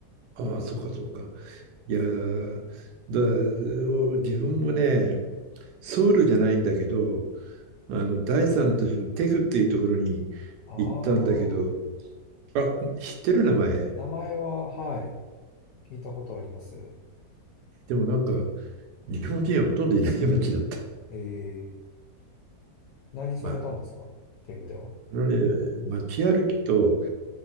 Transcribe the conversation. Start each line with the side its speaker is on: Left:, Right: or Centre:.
Right: ああ、そっかそっか。いやーだ、お自分もね、ソウルじゃないんだけど、あの、第三の都市のテグっていうところに
Left: ああ、
Right: 行ったんだけど、あ、知ってる名前。
Left: 名前は、はい、聞いたことあります。
Right: でもなんか、日本人はほとんどいない街だった。
Left: えー、何されたんですかテグでは。
Right: まあ、あのね、街歩きと、